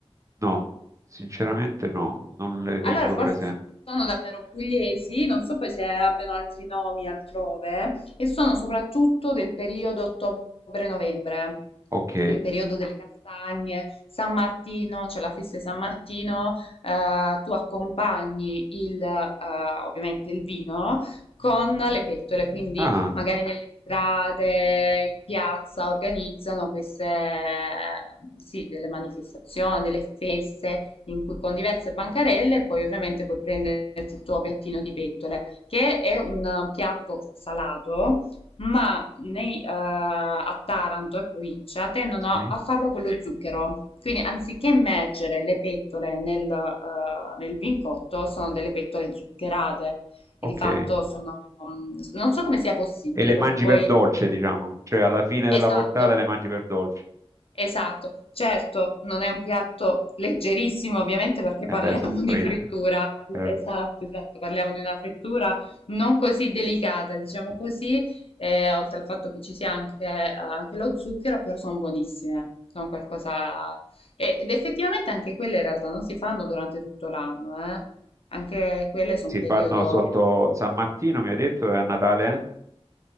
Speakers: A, on the right; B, on the left.
A: no, sinceramente no, non le tengo
B: Allora, forse
A: presenti.
B: sono davvero pugliesi, non so poi se abbiano altri nomi altrove, e sono soprattutto del periodo ottobre-novembre,
A: Ok,
B: il periodo delle castagne, San Martino, c'è la festa di San Martino, eh, tu accompagni il, eh, ovviamente il vino con le pettole, quindi
A: ah,
B: magari nelle strade, in piazza organizzano queste, sì, delle manifestazioni, delle feste in cui con diverse bancarelle e poi ovviamente puoi prenderti il tuo piattino di pettole, che è un eh, piatto salato, ma nei, eh, a Taranto e provincia tendono
A: sì,
B: a farlo con lo zucchero. Quindi anziché immergere le pettole nel, eh, nel vincotto, sono delle pettole zuccherate e
A: ok.
B: di fatto sono, mm, non so come sia possibile
A: E le
B: perché
A: mangi
B: poi...
A: per dolce, diciamo, cioè alla fine della
B: Esatto.
A: portata le mangi per dolce.
B: Esatto, certo, non è un piatto leggerissimo ovviamente perché
A: E
B: parliamo
A: beh, sono
B: di
A: fritte.
B: frittura, parli-
A: Eh,
B: esatto, esatto, parliamo di una frittura non così delicata, diciamo così, eh, oltre al fatto che ci sia anche, eh, anche lo zucchero, però sono buonissime, sono qualcosa... e- Ed effettivamente anche quelle in realtà non si fanno durante tutto l'anno, eh. Anche quelle sono
A: Si
B: un periodo...
A: fanno sotto San Martino, mi hai detto, e a Natale? eh?